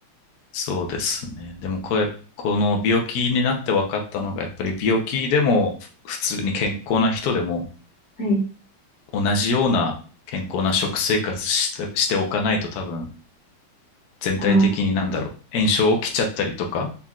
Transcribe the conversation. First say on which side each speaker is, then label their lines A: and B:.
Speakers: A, on the left; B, on the left.
A: そうですね。でもこれ、この病気になって分かったのが、やっぱり病気でも普通に健康な人でも
B: はい。
A: 同じような健康な食生活して、しておかないと多分全体的になんだろう、
B: ああ、は
A: 炎症起きちゃったりとか